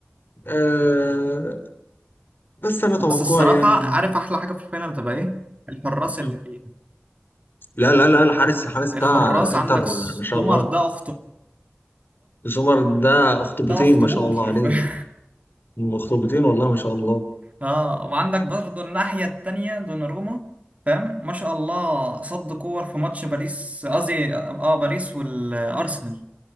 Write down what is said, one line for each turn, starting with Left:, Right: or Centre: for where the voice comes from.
Left: آه، بس انا توقع
Right: بس الصراحة
Left: يعني
Right: عارف أحلى حاجة في الفينال تبقى إيه؟ الحراس
Left: مم.
Right: اللي فيه
Left: لا لا لا الحارس الحارس
Right: الحراس
Left: بتاع الانتر
Right: عندك سومر
Left: ما شاء الله
Right: ده أخطبوط
Left: سومر ده اخطبوطين
Right: ده أخطبوط
Left: ما شاء الله
Right: حرفيا
Left: عليه اخطبوطين والله ما شاء الله
Right: <laughs> آه وعندك برضه الناحية التانية دوناروما فاهم؟ ما شاء الله صد كور في ماتش باريس قصدي آه باريس والأرسنال